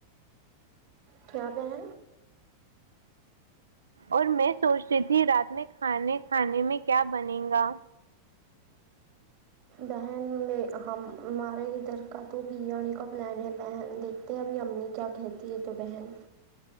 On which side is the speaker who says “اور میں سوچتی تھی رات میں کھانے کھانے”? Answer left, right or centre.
Right